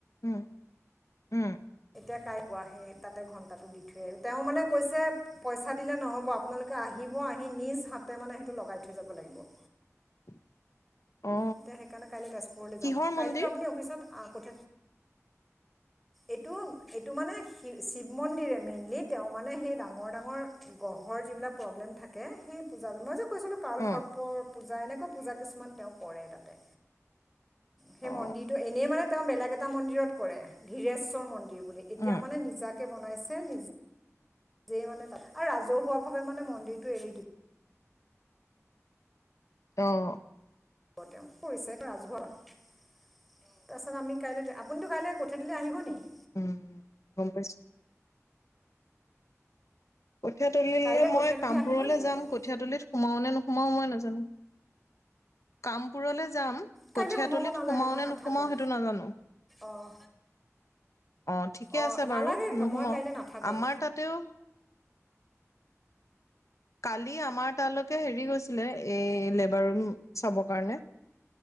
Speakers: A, on the left; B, in the centre.
A: উম - উম।
B: এতিয়া কাই কোৱা সেই তাতে ঘন্টাটো দি থৈ আৰু তেও মানে কৈছে পইচা দিলে নহব আপোনালোক আহিব- আহি নিজ হাতে মানে সেইটো লগাই থৈ যাব লাগিব।
A: <inaudible> অ
B: এতিয়া সেইকাৰণে কাইলৈ তেজপুৰলৈ যাম
A: কিহৰ
B: কাইলেতো
A: মন্দিৰ
B: আপুনি অফিচত কঠ এইটো সেইটো মানে শি শিৱ মন্দিৰে মেইনলি তেও মানে সেই ডাঙৰ - ডাঙৰ গ্ৰহৰ যিবিলাক প্ৰব্লেম থাকে থাকে সেই পূজায় কৈছিলো কালসৰপৰ
A: অ
B: পূজা এনেকুৱা পূজা কিছুমান তেও কৰে তাতে। সেই
A: অ
B: মন্দিৰটো এনেই মানে তেও বেলেগ এটা মন্দিৰত কৰে ধীৰেশ্বৰ মন্দিৰ। এতিয়া
A: উম
B: মানে নিজাকে বনাইছে নিজ নিজেই মানে আৰু ৰাজহুৱাভাৱে মানে মন্দিৰটো এৰি দিও।
A: অহ ',
B: <unintelligible> তেওঁ কৰিছে ৰাজহুৱা তাৰপাছত আমি কাইলৈ আপুিতো কাইলৈ আহিব নিক
A: উম, গম পাইছো। কঠীয়াতলিলে
B: কাইলৈ কঠীয়াতলি
A: মই কামপুৰলৈ
B: আহিব নেকি
A: যাম
B: আপুনি
A: কঠীয়াতলিত সোমাও নে নোসোমাও মই নাজানো। কামপুৰলৈ জা যাম
B: কাইলৈ
A: কঠিয়াতলিত
B: সোমাব নালাগে
A: সোমাও
B: মই
A: নে
B: নাথাকোঁ
A: নোসোমাও সেইটো নাজানো।
B: অঁ
A: অ, ঠিকে
B: অঁ
A: আছে
B: নালাগে
A: বাৰু নুসুম
B: মই কাইলৈ নাথাকোঁ
A: আমাৰ তাতেও কালি আমাৰ তালৈকে হেৰি গৈছিলে এই লেবাৰ ৰুম চাবৰ কাৰণে।